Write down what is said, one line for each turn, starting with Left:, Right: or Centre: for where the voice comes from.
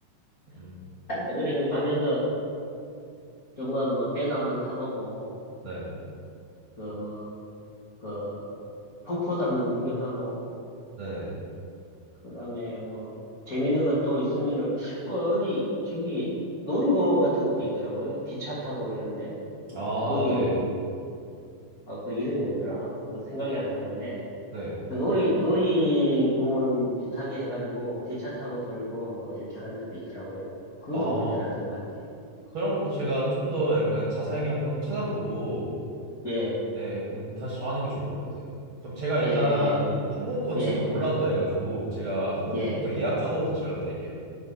Right: 음,
Left: 그리고 가면서 조그만 뭐 배도 한번 타보고,
Right: 네.
Left: 그 뭐, 그 폭포도 한번 구경하고,
Right: 네.
Left: 그다음에 뭐 재밌는 거 또 있으면은 어, 어디 저기 놀이공원 같은 것도 있더라고요. 기차 타고 이런데 뭐
Right: 아,
Left: 거기도
Right: 네.
Left: 아 그 이름이 뭐더라? 그 생각이 안 나는데
Right: 네.
Left: 그 놀이 놀이공원 비슷하게 해가지고 기차 타고 돌고 뭐 이렇게 하는 데도 있더라고요. 그것도
Right: 아,
Left: 괜찮았던 것 같아요.
Right: 그런 것도 제가 좀 더 약간 자세하게 한번 찾아보고
Left: 예,
Right: 네, 그럼 다시 정하는 게 좋을 것 같아요. 그럼 제가 일단
Left: 예, 예,
Right: 항공권
Left: 예,
Right: 지금 올라왔다 해가지고 제가 항공권부터
Left: 예,
Right: 예약하고 다시 연락드릴게요.